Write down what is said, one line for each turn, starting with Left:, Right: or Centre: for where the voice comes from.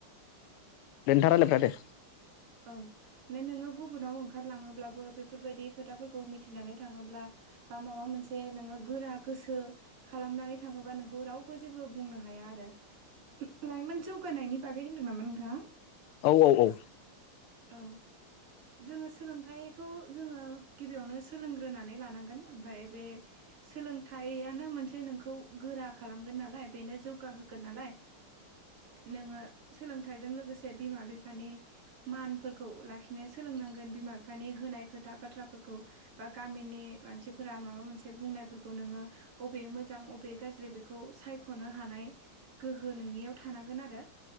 Left: <unintelligible> दे
Right: औ माने नोङो गुबुनाव ओंखारलाङोब्लाबो बेफोरबायदि खोथाफोरखौ मिथिनानै थाङोब्ला बा माबा मोनसे नोङो गोरा गोसो खालामनानै थाङोबा नोंखौ रावबो जेबो बुंनो हाया आरो। लाइमोन जौगानायनि बागै होनदों नामा नोंथाङा?
Left: औ औ औ।
Right: औ। जोङो सोलोंथाइखौ जोङो गिबियावनो सोलोंग्रोनानै लानांगोन ओमफ्राय बे सोलोंथाइयानो मोनसे नोंखौ खौ गोरा खालामगोन नालाय बेनो जौगाहोगोन नालाय, नोङो सोलोंथाइजों लोगोसे बिमा बिफानि मानफोरखौ लाखिनो सोलोंनांगोन बिमा बिफानि होनाय खोथा बाथ्राफोरखौ बा गामिनि मानसिफोरा माबा मोनसे बुंनायफोरखौ नोङो बबे मोजां अबे गाज्रि बेखौ सायख'नो हानाय गोहो नोंनियाव थानांगोन आरो।